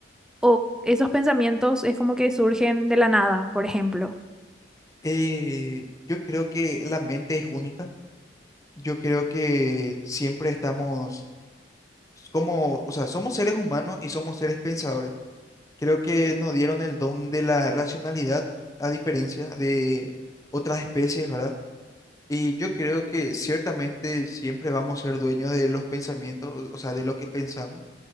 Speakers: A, in the centre; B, on the left (about 20°).
A: o esos pensamientos es como que surgen de la nada, por ejemplo.
B: Eh, yo creo que la mente es única. Yo creo que siempre estamos como, o sea, somos seres humanos y somos seres pensadores. Creo que nos dieron el don de la racionalidad, a diferencia de otras especies, ¿verdad? Y yo creo que ciertamente siempre vamos a ser dueños de los pensamientos, o sea, de lo que pensamos.